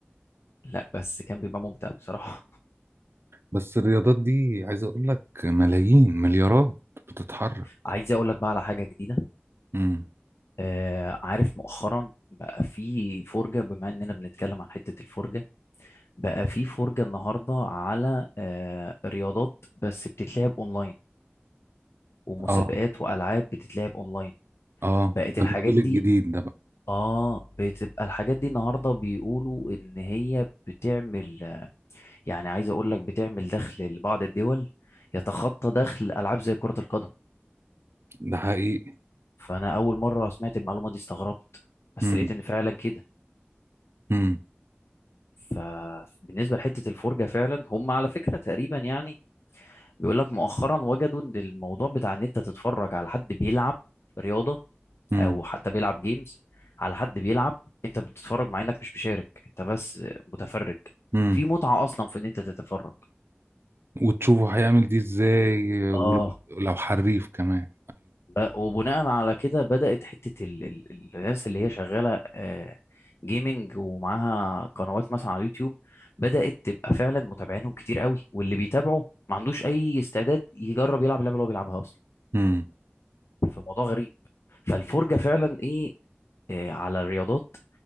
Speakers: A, on the left; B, on the right.
A: لا بس كان بيبقى ممتع بصراحة
B: بس الرياضات دي عايز اقول لك ملايين مليارات بتتحرك
A: <laughs> عايز اقول لك بقى على حاجة جديدة
B: امم
A: آه عارف مؤخرا بقى في فرجة بما اننا بنتكلم عن حتة الفرجة بقى في فرجة النهاردة على آه رياضات بس بتتلعب اونلاين ومسابقات
B: اه
A: والعاب بتتلعب اونلاين
B: اه
A: بقت
B: ده
A: الحاجات
B: الموديل
A: دي
B: الجديد ده بقى
A: اه بتبقى الحاجات دي النهارده بيقولوا ان هي بتعمل يعني عايز اقول لك بتعمل دخل لبعض الدول يتخطى دخل العاب زي كرة القدم
B: ده حقيقي
A: فانا اول مرة سمعت المعلومة دي استغربت بس
B: امم
A: لقيت ان فعلا كده
B: امم
A: فبالنسبة لحتة الفرجة فعلا هم على فكرة تقريبا يعني بيقول لك مؤخرا وجدوا ان الموضوع بتاع ان انت تتفرج على حد بيلعب رياضة
B: امم
A: او حتى بيلعب جيمز على حد بيلعب انت بتتفرج مع انك مش مشارك انت بس متفرج
B: امم
A: في متعة اصلا في ان انت تتفرج
B: وتشوفوا هيعمل دي ازاي
A: اه
B: آه، ولو لو حريف كمان
A: ب- وبناء على كده بدأت حتة ال- ال- ال- الناس اللي هي شغالة جيمنج ومعاها قنوات مثلا على اليوتيوب بدأت تبقى فعلا متابعينهم كتير قوي واللي بيتابعه ما عندوش أي استعداد يجرب يلعب اللعبة اللي هو بيلعبها أصلا
B: ايوه
A: فموضوع غريب فالفرجة فعلا إيه آه، على الرياضات